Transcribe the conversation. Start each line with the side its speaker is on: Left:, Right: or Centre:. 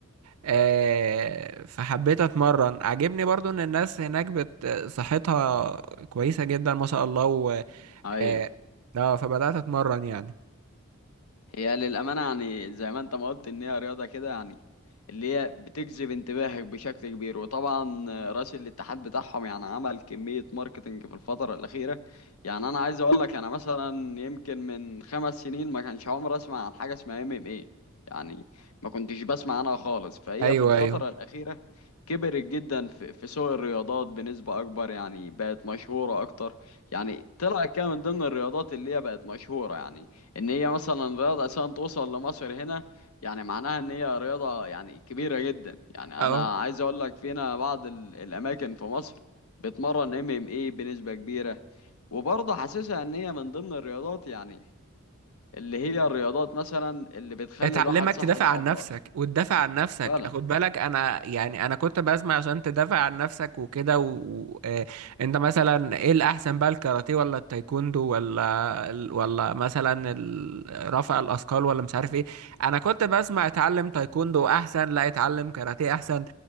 Right: آه، فحبيت اتمرن عجبني برضو ان الناس هناك بت صحتها كويسة جدا ما شاء الله و
Left: ايوه
Right: اه آه، فبدأت اتمرن يعني
Left: هي للأمانة يعني زي ما انت ما قلت ان هي رياضة كده يعني اللي هي بتجذب انتباهك بشكل كبير وطبعا رئيس الاتحاد بتاعهم يعني عمل كمية ماركتينج في الفترة الأخيرة يعني أنا عايز أقول لك أنا مثلا يمكن من خمس سنين ما كانش عمري أسمع عن حاجة اسمها ام ام ايه يعني ما كنتش بسمع عنها خالص فهي
Right: ايوه
Left: في الفترة
Right: ايوه
Left: الأخيرة كبرت جدا في في سوق الرياضات بنسبة أكبر يعني بقت مشهورة أكتر يعني طلعت كده من ضمن الرياضات اللي هي بقت مشهورة يعني ان هي مثلا رياضه اساسا توصل لمصر هنا يعني معناها ان هي رياضه يعني كبيره جدا يعني
Right: اه
Left: انا عايز اقول لك فينا بعض ال- الاماكن في مصر بتمرن ام ام اي بنسبه كبيره وبرضه حاسسها ان هي من ضمن الرياضات يعني اللي هي الرياضات مثلا اللي بتخلي
Right: اتعلمك
Left: الواحد صحته
Right: تدافع عن
Left: افضل
Right: نفسك وتدافع عن نفسك
Left: فعلا
Right: خد بالك انا يعني انا كنت بسمع عشان تدافع عن نفسك وكده و... و... آه، انت مثلا ايه الاحسن بقى الكاراتيه ولا التايكوندو ولا ال- ولا مثلا ال- رفع الاثقال ولا مش عارف ايه انا كنت بسمع اتعلم تايكوندو احسن لا اتعلم كاراتيه احسن